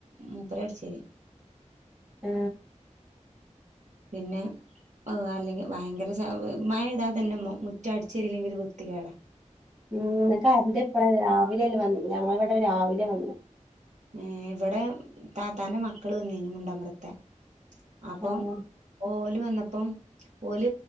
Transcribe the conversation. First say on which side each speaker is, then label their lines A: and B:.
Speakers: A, on the right (about 70°); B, on the right (about 25°).
A: മൂപ്പരാ അട്ച്ചേരെ
B: ആ
A: പിന്നെ അയ് അല്ലെങ്കി ഭയങ്കര ച മഴ പെയ്താ തെന്നെ മു മുറ്റം അടിച്ചെരില്ലെങ്കി ഒര് വൃത്തി കേടാ
B: ഉം ഇന്ന് കരന്റ് എപ്പളാ വെരാ രാവിലെ അല്ലെ വന്നെ ഞങ്ങളെ ഇവടെ രാവിലെ വന്ന്
A: ഏ ഇവടെ താത്താന്റെ മക്കൾ വന്നിനി മുണ്ടമ്പ്രത്തെ അപ്പം
B: ആഹ്
A: ഓല് വ വന്നപ്പം ഓൽ